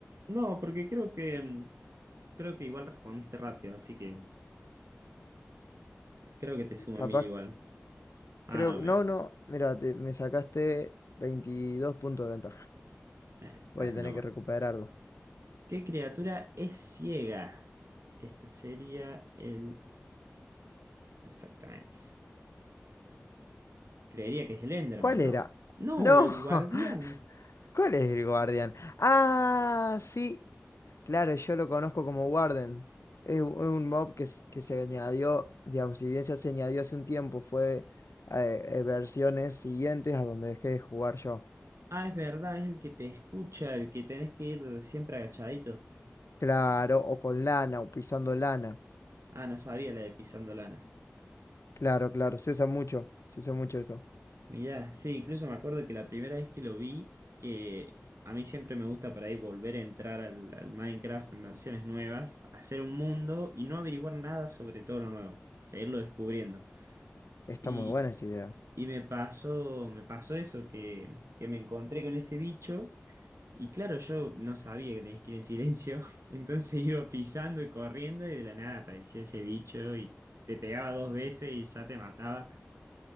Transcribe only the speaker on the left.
Capaz,
Creo,
no, no, mira, te- me sacaste 22 puntos de ventaja.
Voy a
tener
que recuperarlo.
¿Cuál
era?
No,
<laughs> ¿cuál es el guardián? Ah, sí, claro, yo lo conozco como Warden. Es un un mob que, s- que se añadió, digamos, si bien ya se añadió hace un tiempo, fue eh, eh, versiones siguientes a donde dejé de jugar yo.
Claro, o con lana, o pisando lana.
Claro, claro, se usa mucho, se usa mucho eso.
Está
muy buena esa idea.